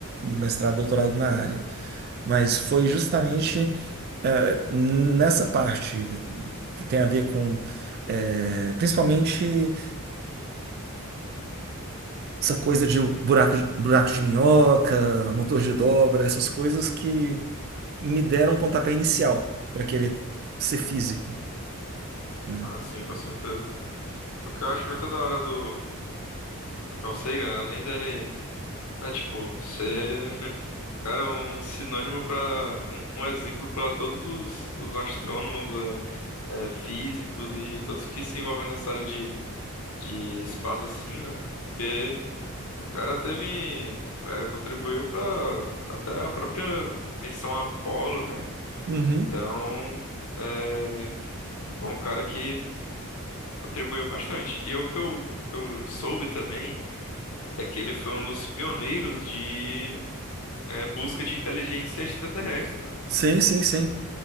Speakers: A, on the right (about 45°); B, on the left (about 70°).
A: um mestrado, doutorado na área. Mas foi justamente eh, nessa parte que tem a ver com, eh, principalmente essa coisa de buraco, de- buraco de minhoca, motor de dobra, essas coisas que me deram um pontapé inicial para querer ser físico, né?
B: Ah, sim, com certeza. O que eu acho muito da hora do, do Carl Sagan, além dele, né, tipo, ser, <laughs> cara, é um sinônimo para um, um exemplo para todos os, os astrônomos, é, é, físicos e todos que se envolvem nessa área de, de espaço assim, né? Porque o cara teve, é, contribuiu para até a própria missão Apollo, né?
A: Uhum.
B: Então, é, foi um cara que Contribuiu bastante. E o que eu, eu soube também é que ele foi um dos pioneiros de é, busca de inteligência extraterrestre, né?
A: Sim, sim, sim.